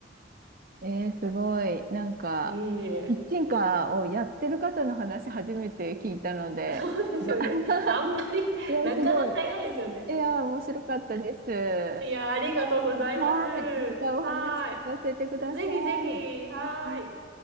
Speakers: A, on the right (about 50°); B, on the right (about 80°).
A: ー、えー、すごい。なんか、
B: <laughs> いえいえ。
A: キッチンカーをやってる方の話初めて聞いたので、
B: そうですよね。
A: が <laughs>
B: あんまり、
A: いや、
B: なかなかいないですよね。
A: すごい。いや、面白かったです。は
B: いや、ありがとうございます。
A: い、またお話聞かせてください。
B: はーい。ぜひぜひ、
A: はい
B: はーい。